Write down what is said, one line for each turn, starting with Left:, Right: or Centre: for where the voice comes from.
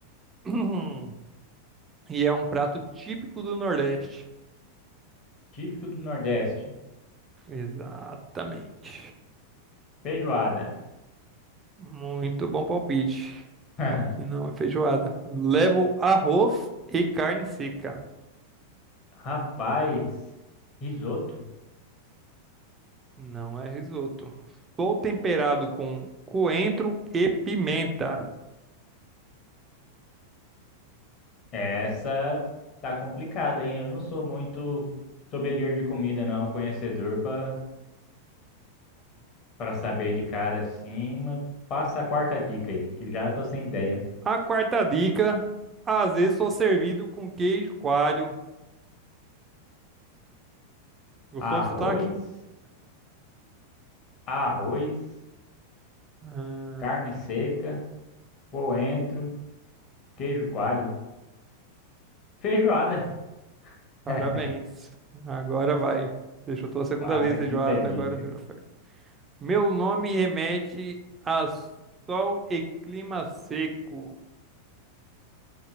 Right: <clears throat> e é um prato típico do Nordeste.
Left: Típico do Nordeste.
Right: Exatamente.
Left: Feijoada.
Right: Muito bom palpite.
Left: <laughs>
Right: Só que não é feijoada. Levo arroz e carne seca.
Left: Rapaz, risoto.
Right: Não é risoto. Sou temperado com coentro e pimenta.
Left: Essa tá complicada, hein? Eu não sou muito sommelier de comida, não, conhecedor pra para saber de cara assim, mas passa a quarta dica aí, que já tô sem ideia.
Right: A quarta dica, às vezes sou servido com queijo coalho. Gostou
Left: Arroz,
Right: do sotaque?
Left: arroz,
Right: Ah,
Left: carne seca, coentro, queijo coalho. Feijoada.
Right: parabéns.
Left: <laughs>
Right: Agora vai. Você chutou a segunda
Left: Passa
Right: vez
Left: a
Right: feijoada,
Left: quinta dica.
Right: agora virou ferro. Meu nome remete a sol e clima seco.